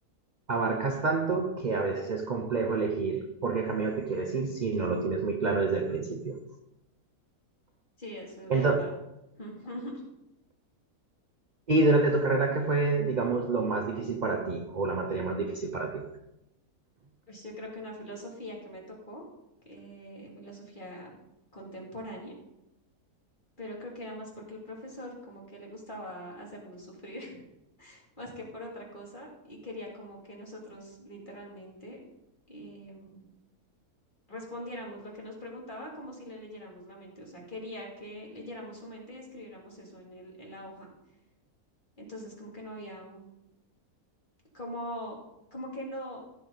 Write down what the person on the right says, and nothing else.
abarcas tanto que a veces es complejo elegir por qué camino te quieres ir si no lo tienes muy claro desde el principio.
Entonces,
Y durante tu carrera, ¿qué fue, digamos, lo más difícil para ti o la materia más difícil para ti?